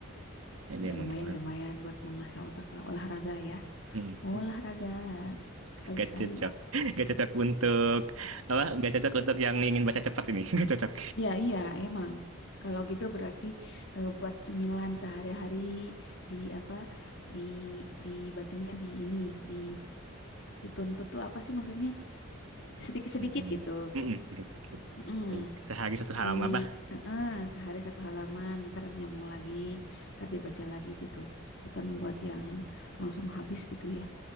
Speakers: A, on the right (about 70°); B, on the left (about 55°).
A: Jadi
B: ya
A: emang
B: lumayan
A: gimana?
B: lumayan buat mengasah otak lah olahraga ya.
A: Hmm,
B: Olahraga sekali-kali.
A: Gak cocok. Gak cocok untuk, apa, gak cocok untuk yang ingin baca cepat ini. <laughs> Gak cocok.
B: Iya, iya, emang. Kalau gitu berarti eh, buat cemilan sehari-hari di apa di dibacanya di ini di dituntut tuh apa sih maksudnya? Sedikit-sedikit
A: Hmm.
B: gitu.
A: Mm-mm, dikit-dikit.
B: Mm.
A: Hmm, Sehari satu halaman
B: di
A: apa?
B: eh, eh, sehari satu halaman ntar nyambung lagi ntar dibaca lagi gitu bukan buat yang langsung habis gitu ya